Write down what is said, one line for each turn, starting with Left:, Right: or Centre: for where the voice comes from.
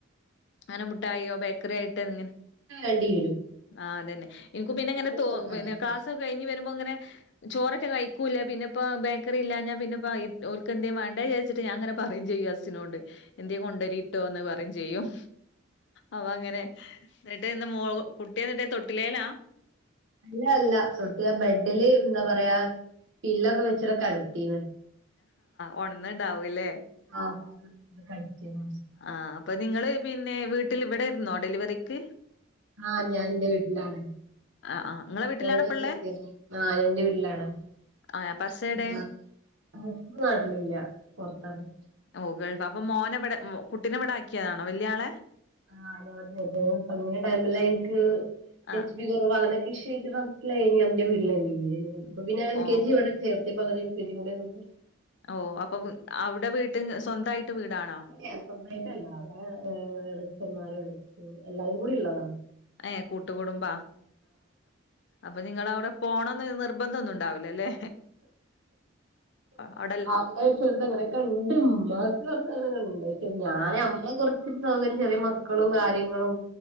Left: അങ്ങനെ മുട്ടായോ ബേക്കറി ആയിട്ട് ങ്ങനെ
Right: എടീ
Left: ആ അതെന്നെ എനിക്കും പിന്നെ ങ്ങനെ തോ
Right: സമാധാന
Left: ക്ലാസ്സൊക്കെ കഴിഞ്ഞ് വരുമ്പോങ്ങനെ ചോറൊക്കെ കഴിക്കൂല പിന്നെപ്പ ബേക്കറില്ലാ ഞ്ഞാ പിന്നെപ്പയി ഓൽക്കെന്തേ വാണ്ടെ ജാരച്ചിട്ട്ഞാൻ അങ്ങെനെ പറയും ചെയും അസിനോട് എന്തേ കൊണ്ടരിട്ടോന്ന് പറ ചെയ്യും അപ അങ്ങനെ ന്നിട്ട് മോളകുട്ടി എന്നിട്ടേ തൊട്ടിലേലാ
Right: അല്ല അല്ല സ്വട്ടിയ ബെഡില് എന്താ പറയാ പില്ലൊക്കെ വെച്ചിട്ട്ക്കെടത്തീണ്
Left: ഒണന്ന്ണ്ടാവൂല്ലേ
Right: ആ കെട്ത്തിണ്
Left: ആ അപ്പൊ നിങ്ങള് പിന്നെ വീട്ടിൽ ഇവിടൊയിരുന്നോ ഡെലിവറിക്ക്
Right: ആഹ് ഞാൻന്റെ വീട്ടിലാണ്
Left: ആഹ് ആഹ് ഇങ്ങളെ വീട്ടിലാണപ്പള്ളേ
Right: ഓടെ ചേർത്തിയആഹഞാന്റെ വീട്ടിലാണ്
Left: ആഹ് അപ്പ
Right: <unintelligible>
Left: ഹസ്സെടെ?
Right: നാട്ടിലില്ല പൊറത്താണ്
Left: ഓ ഗൾഫ് അപ്പൊ മോനെ ഇവിടെ കുട്ടിനെവിടെ ആക്കിയതാണോ വല്യളെ
Right: ആ അതെ <unintelligible> ടൈമ എനിക്ക്
Left: ആഹ്
Right: എച്ച് ബി കുറവാ അങ്ങനെക്കെ ഇശുവായിട്ട് ഇനി അന്റെ വീട്ടിലാനിന്റെവീട്ടില്അപ്പൊ പിന്നെ എൽ
Left: ഓഹ്
Right: കെ ജി വിടെ ചേർത്ത്യ പങ്ങനെ എയ്തിക്കൂടെ ന്യോന്ക്ക്
Left: ഓ അപ്പൊ അവിടെ വീട്ടിന്ന് സ്വന്തായിട്ട് വീടാണോ
Right: വീട് സ്വന്തായിട്ടല്ല അവിടെ ഏ എളച്ചന്മാരും എളച്ചി എല്ലാരും കൂടി ഉള്ളത
Left: ഏ കൂട്ടുകുടുംബാ അപ്പൊ നിങ്ങളവിടെ പോണംന്ന് നിർബന്ധം ഒന്നും ഉണ്ടാവൂലല്ലേ അവിടെൽ
Right: അപ്പോ ചെറുതിങ്ങനെ ക്ണ്ട് ഇമ്മ കൊർച്ചങ്ങനെ കണ്ട് ഞാൻ
Left: ആഹ്
Right: നമ്മെ കുറച്ച് സൗകര്യം ചെറിയ മക്കളും കാര്യങ്ങളും